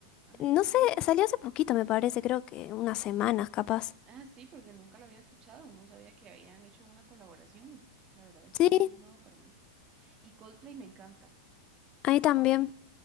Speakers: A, on the right; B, on the left.
A: Ay,
B: no
A: qué
B: sé,
A: bueno.
B: salió hace poquito, me parece, creo que unas semanas capaz.
A: Ah, sí, porque nunca la había escuchado. No sabía que habían hecho una colaboración. La verdad es
B: Sí,
A: que eso es nuevo para mí. Y Coldplay me encanta.
B: ahí también.